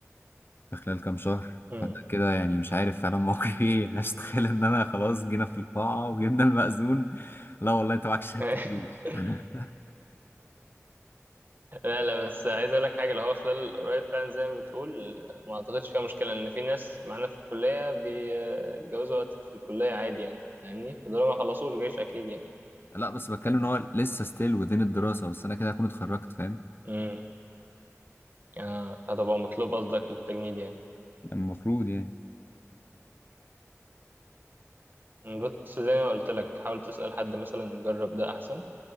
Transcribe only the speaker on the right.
مم.
مم.
<laughs>
لا لا بس عايز اقول لك حاجه اللي هو خلال قريب فعلا زي ما بتقول ما اعتقدش فيها مشكله ان في ناس معانا في الكليه بيتجوزوا وقت في الكليه عادي يعني فاهمني فدول ما خلصوش جيش اكيد يعني
فاهم
امم اه هتبقى مطلوب قصدك للتجنيد
يعني بس زي ما قلت لك حاول تسأل حد مثلا جرب ده أحسن